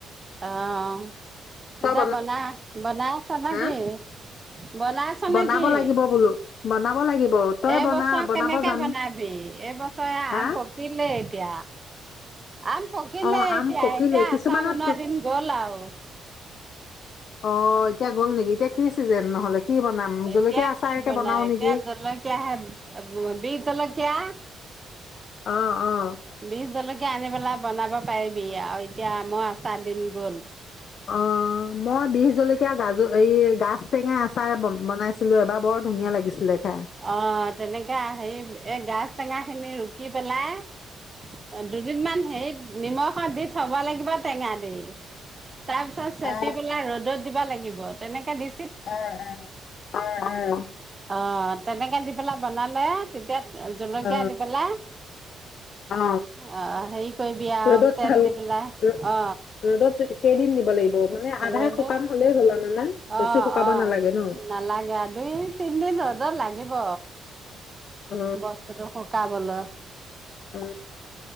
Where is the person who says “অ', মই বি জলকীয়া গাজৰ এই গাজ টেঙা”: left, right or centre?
Left